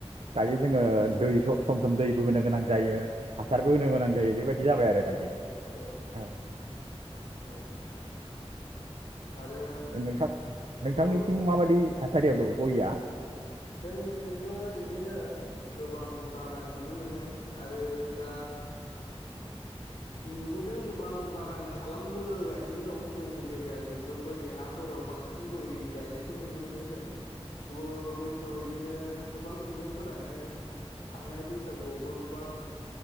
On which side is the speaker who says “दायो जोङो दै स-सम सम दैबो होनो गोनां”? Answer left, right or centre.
Right